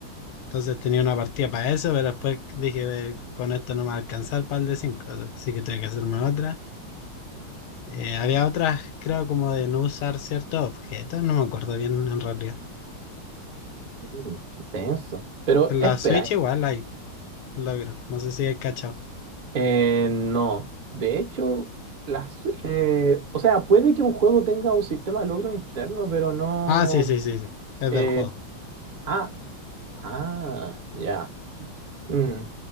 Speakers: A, on the left; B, on the right.
A: Entonces tenía una partida para eso, pero después dije, "Eh, con esto no me va a alcanzar para el de cinco así que tuve que hacerme otra. Eh, había otras, creo, como de no usar ciertos objetos, no me acuerdo bien en realidad.
B: qué? Tenso. Pero
A: En la
B: espera,
A: Switch igual hay logros, no sé si hay cachado.
B: eh, no. De hecho, la Switch... eh, o sea, puede que un juego tenga un sistema de logro interno, pero no...
A: Ah, sí, sí, sí, sí. Es
B: eh,
A: del juego.
B: ah, ah, ya. Mm,